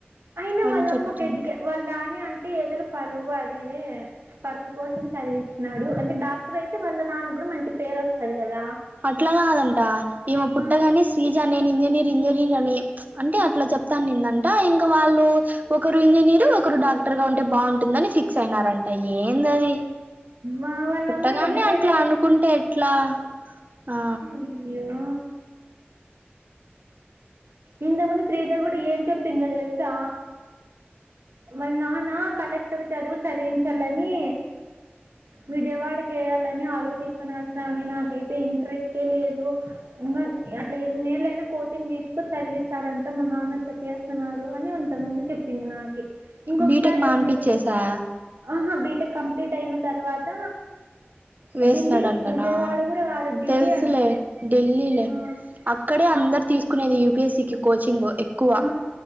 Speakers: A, on the right; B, on the right.
A: అయినా
B: అని
A: వాళ్ళమ్మ
B: చెప్తుంది
A: ఒకెజ్జికె వాళ్ళు రాని అంట ఏదల పరువు అదిదే పరువు కోసం చదివిచ్చినాడు అంటే డాక్టర్ అయితే వాళ్ళ నాన్న కూడా మంచి పేరు వస్తది కదా
B: అట్లా కాదంట ఈమె పుట్టగానెశ్రీజ
A: ఆ.
B: నేను ఇంజనీర్ ఇంజనీర్ అని అంటే అట్లా చ వత్తా అనిందం
A: <unintelligible>
B: వాళ్ళు ఒకరు ఇంజనీర్ ఒకరు డాక్టర్ గా ఉంటే బావుంటుందని ఫిక్స్ అయినారంట ఏందది
A: వా- వాళ్ళమ్మ
B: పుట్టగానే
A: ఎడ్యుకేటెడ్
B: అట్లా అనుకుంటే
A: అయ్యి
B: ఎట్లా ఆ
A: అయ్యో ఇంతకు ముందు శ్రీజ కూడా ఏం చెప్పిందో తెలుసా వాళ్ళ నాన్న కలెక్టర్ చదువు చదివించాలని విజయవాడకి ఎయాలని ఆలోచిస్తున్నారు శ్రావణినాకైతే ఇంట్రెస్టే లేదు ఇంగఅట్లా ఎన్నేల నేను కోచింగ్ తీసుకుని చదివిస్తారంట మా నాన్న అట్లా చేస్తున్నారు అని ఇంత కుముందు చెప్పింది నాకి ఇంకొకసారి
B: బీటెక్ మానిపిచ్చేసా
A: ఏం చెప్పి ఆహా బీటెక్ కంప్లీట్ అయిన తర్వాత
B: వేస్తాడంటనా
A: ఢిల్లీ విజయవాడ కూడా కాదు ఢిల్లీ
B: తెలుసులే
A: అంటా
B: ఢిల్లీలే
A: ఆ
B: అక్కడే అందరు
A: అక్
B: తీసుకునేది యు పి ఎస్సి కి కోచింగ్ ఎక్కువ
A: ఆ